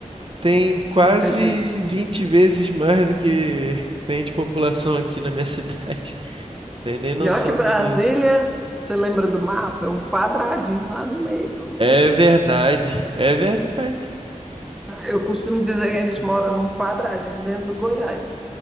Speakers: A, on the right; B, in the centre.
A: Tem quase
B: Muita gente, né?
A: 20 vezes mais do que tem de população aqui na minha <laughs> cidade. Tem nem noção
B: E olha que Brasília,
A: do que que é isso.
B: você lembra do mapa? É um quadradinho lá no meio.
A: É verdade, é verdade.
B: Eu costumo dizer que a gente mora num quadradinho dentro do Goiás.